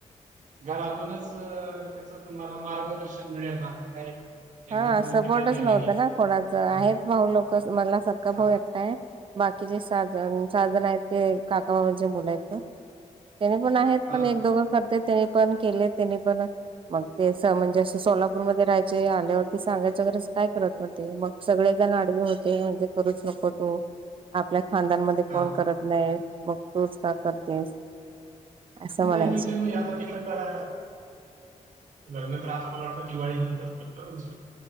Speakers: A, on the right; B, on the right.
A: घरातूनच तस तुम्हाला मार्गदर्शन मिळेल ना आता काय?
B: हा
A: एकदा तुम्ही
B: सपोर्टच
A: तिकडे गेले
B: नव्हता
A: की
B: ना कोणाचा.
A: हा
B: आहेत भाऊ लोक मला सख्खा
A: हा
B: भाऊ एकटा आहे. बाकीचेे सहा जण सहा जन आहेत ते काका बाबांचे मुलं आहेत ओ त्यांनी पण आहेत.
A: हा
B: पण एक, दोघ करत्यात त्यांनी पण केले. नी पण मग ते म्हणजे अस सोलापूरमध्येध्ये राहायचे आ सांगायचं वगैरे काय करत होते मग सगळेजण आडवे होते म्हणजे करूच नको तो आपल्या खानदांमध्ये
A: हा
B: कोण करत नाही मग तूच का करतेस असं म्हणायचे
A: नाही त त आता तिकडडे लग्न तर आता मला वाटतं दिवाळी नंतर होईल तुमचं